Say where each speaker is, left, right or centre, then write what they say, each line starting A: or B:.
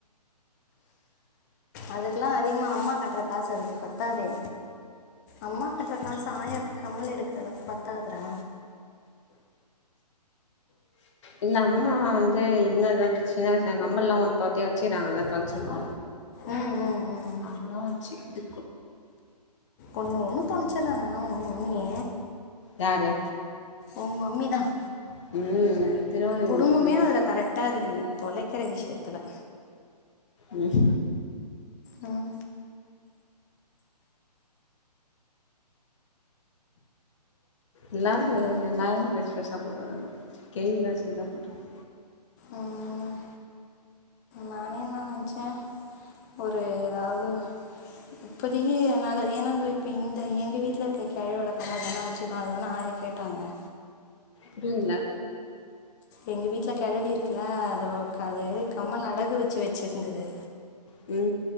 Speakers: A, on the left; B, on the left.
A: அதுக்கெல்லா அதிகமா அம்மா கட்ற காசு அதுக்கு பத்தாதே அம்மா கட்ற காசு ஆயாவுக்கு கம்மல் எடுக்கிற அளவுக்கு பத்தாதடா
B: இல்ல அம்மா வந்து இன்னு ஏதாவது சின்ன வயச கம்ப எல்லாம் ஒ தோத்தைய வச்சுறாங்கல்ல தொலைச்சது
A: ம் ம் ம்
B: அதான் வச்சு இது
A: ஒண்ணு ஒண்ணு துலச்சிடறாங்கன்னா உ மம்மி
B: யாரு
A: உன் மம்மி தான்
B: ம் திருவாணி
A: குடும்பமே
B: வந்துருக்கு
A: அதுல கரெக்டா இருக்கறீங்க தொலைக்கரை விஷயத்துல
B: ம்
A: ம்
B: எல்லாரும்
A: அக்கா
B: எல்லா ஆயாவும் பெஸ பெசாக போட்றாங்க கெழவி தான் சின்னதா போற்றுக்கு
A: ம், நானே என்ன நினைச்சே ஒரு ஏதாவது இப்போதிக்கி என்னால ஏனாந்த இப்ப இந்த எங்க வீட்ல இருக்க கெழவிட அம்மா தன வச்சுக்கோ அதுதானே ஆயா கேட்டாங்க
B: புரியல
A: எங்க வீட்ல கிழவி இருக்குல்ல அது அது கம்மல் அடகு வச்சு வச்சிருந்தது
B: ம்